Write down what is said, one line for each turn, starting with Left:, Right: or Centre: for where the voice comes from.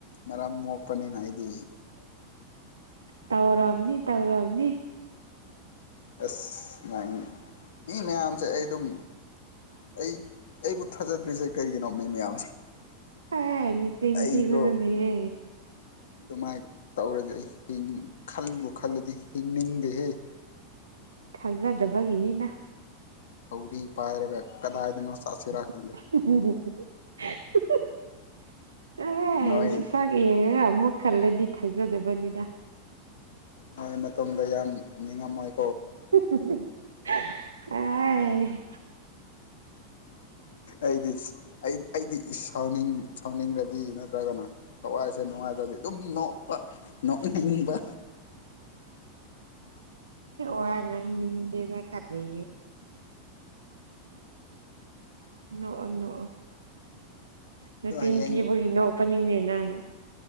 Left: ꯃꯔꯝ ꯃꯣꯛꯄꯅꯤꯅ ꯑꯩꯗꯤ
Right: ꯇꯧꯔꯝꯅꯤ ꯇꯧꯔꯝꯅꯤ
Left: ꯑꯁ ꯁꯨꯃꯥꯏꯅ ꯃꯤ ꯃꯌꯥꯝꯁꯦ ꯑꯩ ꯑꯗꯨꯝ ꯑꯩ ꯑꯩꯕꯨ ꯊꯥꯖꯗ꯭ꯔꯤꯁꯦ ꯀꯩꯒꯤꯅꯣ ꯃꯤ ꯃꯌꯥꯝ
Right: ꯑꯦ ꯅꯆꯤꯟ
Left: ꯑꯩꯒꯣ
Right: ꯊꯤꯒꯅꯨꯅꯦꯍꯦ
Left: ꯑꯗꯨꯃꯥꯏꯅ ꯇꯧꯔꯗꯤ ꯑꯩ ꯈꯟꯕꯨ ꯈꯜꯂꯗꯤ ꯍꯤꯡꯅꯤꯡꯗꯦꯍꯦ
Right: ꯊꯖꯗꯕꯒꯤꯅꯤꯅ
Left: ꯊꯧꯔꯤ ꯄꯥꯏꯔꯒ ꯀꯗꯥꯏꯗꯅꯣ
Right: <inaudible>
Left: ꯆꯠꯁꯤꯔꯥ ꯈꯪꯗꯦ
Right: ꯑꯦ
Left: ꯅꯣꯏ
Right: ꯅꯨꯅꯨꯡꯁꯥꯒꯤꯦ ꯌꯦ ꯑꯃꯨꯛ ꯈꯜꯂꯗꯤ ꯊꯥꯖꯗꯕꯅꯤꯗ
Left: ꯍꯣꯏ ꯃꯇꯝꯗ ꯌꯥꯝ ꯅꯤꯡꯉꯝꯃꯣꯏ
Right: <unintelligible> ꯑꯦ
Left: ꯑꯩꯗꯤ ꯑꯩ ꯑꯩꯗꯤ ꯁꯥꯎꯅꯤꯡ ꯁꯥꯎꯅꯤꯡꯂꯗꯤ ꯅꯠꯇ꯭ꯔꯒꯅ ꯊꯋꯥꯏꯁꯦ ꯅꯨꯡꯉꯥꯏꯇꯗꯤ ꯑꯗꯨꯝ ꯅꯣꯛ ꯅꯅꯤꯡꯅꯨꯡꯕ
Right: ꯑꯣꯔꯉꯦ ꯀꯔꯤ ꯅꯣ ꯅꯣ
Left: ꯑꯗꯣ
Right: ꯅ ꯇꯤꯟꯇꯕꯨ
Left: ꯍꯌꯦꯡ
Right: ꯅꯄꯅꯤꯅꯤ ꯅꯪ